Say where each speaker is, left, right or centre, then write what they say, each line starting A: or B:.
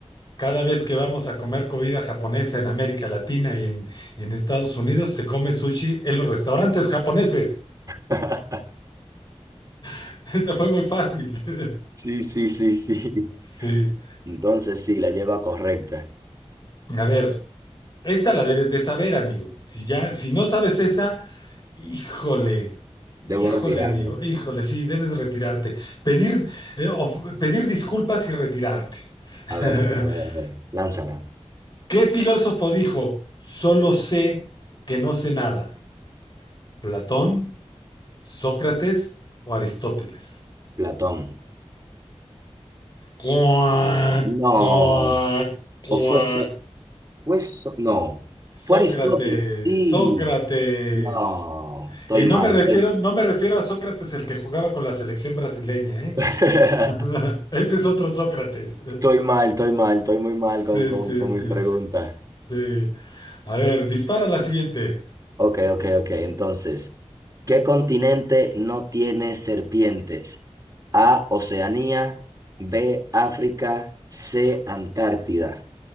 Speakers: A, on the left; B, on the right.
A: cada vez que vamos a comer comida japonesa en América Latina y en, y en Estados Unidos, se come sushi en los restaurantes japoneses.
B: <laughs>
A: <laughs> Esa fue muy fácil. <laughs>
B: Sí, sí, sí, sí.
A: Sí.
B: Entonces sí, la lleva correcta.
A: A ver, esta la debes de saber, amigo. Si ya, si no sabes esa, híjole. Híjole,
B: Debo retirarme.
A: amigo, híjole, sí, debes retirarte. Pedir, eh, of- pedir disculpas y retirarte.
B: A ver,
A: <laughs>
B: a ver, a ver, a ver. Lánzala.
A: ¿Qué filósofo dijo, solo sé que no sé nada? ¿Platón, Sócrates o Aristóteles?
B: Platón.
A: Cuac,
B: No.
A: cuac, cuac.
B: O fue so- fue so- no.
A: Sócrates,
B: Fue Aristóteles. Sí.
A: Sócrates.
B: No. Estoy
A: Y no
B: mal.
A: me refiero,
B: Estoy,
A: no me refiero a Sócrates el que jugaba con la selección brasileña, ¿eh?
B: <laughs>
A: <laughs> Ese es otro Sócrates.
B: estoy mal, estoy mal, estoy muy mal
A: Sí,
B: con, con,
A: sí,
B: con
A: sí,
B: mis preguntas.
A: sí. sí. A ver, dispara la siguiente.
B: Ok, ok, ok. Entonces, ¿qué continente no tiene serpientes? A, Oceanía, B, África, C, Antártida.